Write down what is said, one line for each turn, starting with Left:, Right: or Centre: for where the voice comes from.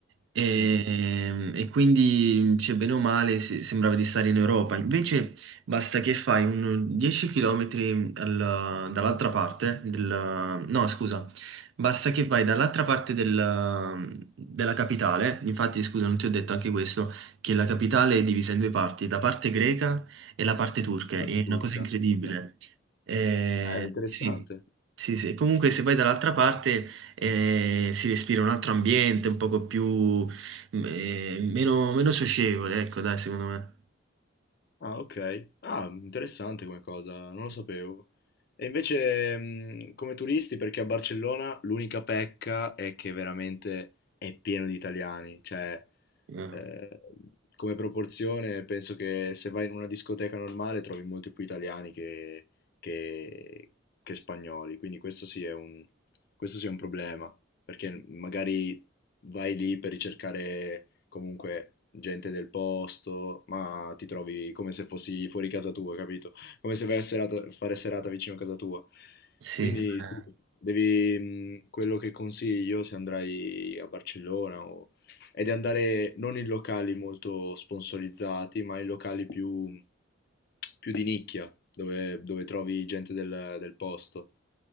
Right: e,
Left: Mm,
Right: e quindi cioè, bene o male se- sembrava di stare in Europa. Invece basta che fai un 10 km al- dall'altra parte del, no, scusa, basta che vai dall'altra parte del- della capitale. Infatti, scusa, non ti ho detto anche questo, che la capitale è divisa in due parti, la parte greca e la parte turca.
Left: parte
Right: È
Left: turca,
Right: una cosa incredibile.
Left: ok.
Right: Eh,
Left: Eh, interessante.
Right: sì, sì, sì. Comunque se vai dall'altra parte eh, si respira un altro ambiente, un poco più, mm, eh, meno, meno socievole, ecco, dai, secondo me.
Left: Ah, ok. Ah, interessante come cosa, non lo sapevo. E invece, mh, come turisti, perché a Barcellona l'unica pecca è che veramente è pieno di italiani, cioè
Right: Eh,
Left: eh, come proporzione penso che se vai in una discoteca normale trovi molti più italiani che, che- che spagnoli, quindi questo sì è un, questo sì è un problema, perché magari vai lì per ricercare comunque gente del posto, ma ti trovi come se fossi fuori casa tua, capito? Come se vai a serata- fare serata vicino a casa tua.
Right: Sì,
Left: Quindi
Right: eh,
Left: sì, devi, mh, quello che consiglio se andrai a Barcellona o è di andare non in locali molto sponsorizzati, ma in locali più, più di nicchia, dove, dove trovi gente del, del posto.